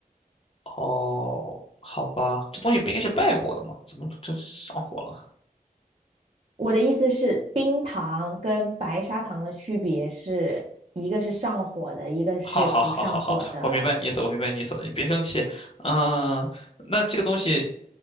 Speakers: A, on the left; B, on the right.
A: 哦，好吧，这东西不应该是败火的吗？怎么这上火了？
B: 我的意思是，冰糖跟白砂糖的区别是一个是上火的，一个是不上火的。
A: 好好好好好，我明白你意思，我明白你意思了，你别生气。嗯，那这个东西，